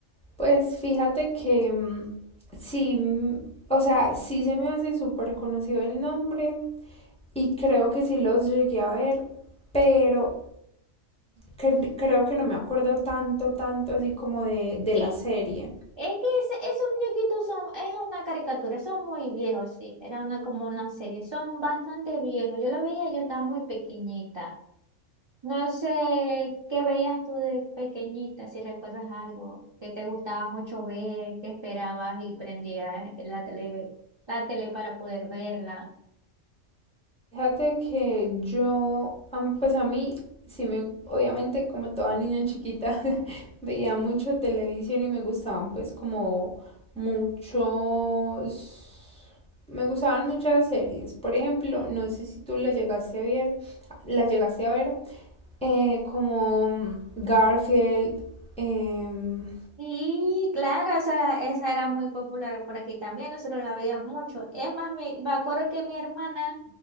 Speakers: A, in the centre; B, on the right (about 30°).
A: Pues fíjate que mm, sí, mm, o sea, sí se me hace súper conocido el nombre y creo que sí los llegué a ver, pero cre- creo que no me acuerdo tanto, tanto así como de, de
B: Y
A: la serie.
B: es que ese- esos muñequitos son, es una caricatura, son muy viejos, sí. Era una, como una serie, son bastante viejos. Yo la veía, yo estaba muy pequeñita. No sé qué veías tú de pequeñita, si recuerdas algo que te gustaba mucho ver, que esperabas y prendías la tele, la tele para poder verla.
A: Fíjate que yo, am- pues a mí sí me, obviamente como toda niña chiquita, Veía mucho televisión y me gustaban pues como muchos... Me gustaban muchas series. Por ejemplo, no sé si tú la llegaste a ver, la llegaste a ver, eh, como Garfield. em,
B: Y claro, esa, esa era muy popular por aquí también, nosotros la veíamos mucho. Es más, me, me acuerdo que mi hermana